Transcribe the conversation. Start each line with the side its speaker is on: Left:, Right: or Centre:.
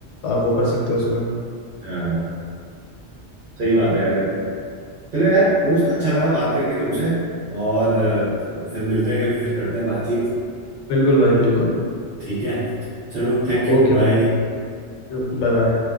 Left: आप वो कर सकते हो उसमें
Right: हाँ सही बात है यार ये तो चलो यार दोस्त अच्छा लगा बात करके तुमसे और अ, फिर मिलते हैं कभी फिर करते हैं बातचीत
Left: बिल्कुल भाई बिल्कुल
Right: ठीक है चलो थैंक यू
Left: ओके
Right: बाय
Left: भाई Bye bye